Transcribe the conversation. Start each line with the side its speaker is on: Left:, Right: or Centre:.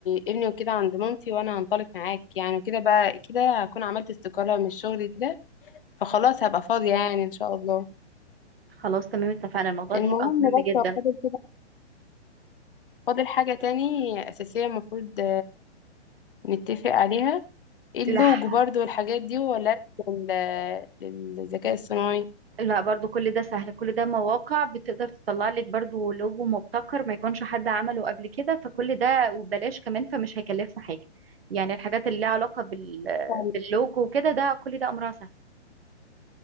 Left: ابني وكده عند مامتي وأنا هنطلق معاك يعني وكده بقى كده هكون عملت استقالة من الشغل ده فخلاص هبقى فاضية يعني إن شاء الله
Right: خلاص تمام اتفقنا الموضوع
Left: المهم
Right: ده هيبقى مهم
Left: بس
Right: جدا
Left: هو فاضل كده فاضل حاجة تاني أساسية المفروض نتفق عليها اللوجو
Right: لح...
Left: برضو والحاجات دي ولا لل- للذكاء الصناعي
Right: لا برضو كل ده سهل كل ده مواقع بتقدر تطلع لك برضو لوجو مبتكر ما يكونش حد عمله قبل كده فكل ده وببلاش كمان فمش هيكلفنا حاجة يعني الحاجات اللي لها علاقة بال...
Left: طب
Right: باللوجو وكده ده كل ده أمرها سهل